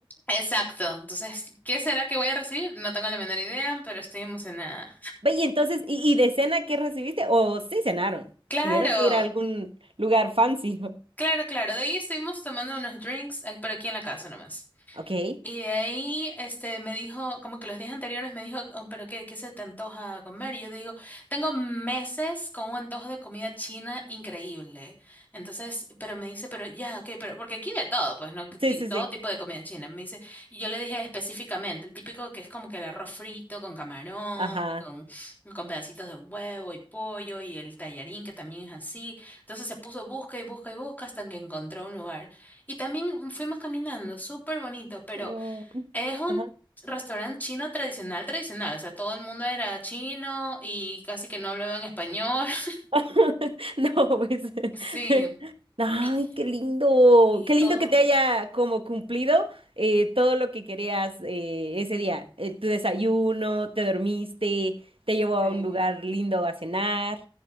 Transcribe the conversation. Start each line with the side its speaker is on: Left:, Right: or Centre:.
Left: Exacto. Entonces, ¿qué será que voy a recibir? No tengo la menor idea, pero estoy emocionada.
Right: Ve, y entonces, ¿y, y de cena qué recibiste? O sí cenaron.
Left: Claro,
Right: Tuvieron que ir a algún lugar fancy, <laughs> ¿no?
Left: claro, claro. De ahí estuvimos tomando unos drinks, ah, pero aquí en la casa nomás.
Right: Ok. Sí,
Left: Y de ahí este, me dijo, como que los días anteriores me dijo, "Oh, pero qué, ¿qué se te antoja comer? Y yo digo, tengo meses con un antojo de comida china increíble. Entonces, pero me dice, pero ya, ok, pero porque aquí de todo, pues, ¿no? Que ti-
Right: sí,
Left: Todo
Right: sí.
Left: tipo de comida china. Me dice, y yo le dije específicamente, el típico que es como que el arroz frito con camarón
Right: Ajá.
Left: y con, con pedacitos de huevo y pollo y el tallarín que también es así. Entonces se puso busca y busca y busca hasta que encontró un lugar. Y también fuimos caminando, súper bonito, pero
Right: Mm,
Left: es un
Right: Ajá.
Left: restaurante chino tradicional, tradicional. O sea, todo el mundo era chino y casi que no hablaba en español. <laughs>
Right: <laughs> No, pues.
Left: Sí.
Right: <laughs> Ay,
Left: Y,
Right: qué lindo.
Left: y
Right: Qué
Left: todo.
Right: lindo que te haya como cumplido eh, todo lo que querías eh, ese día. Eh, tu desayuno, te dormiste, te llevó a
Left: eh,
Right: un lugar lindo a cenar.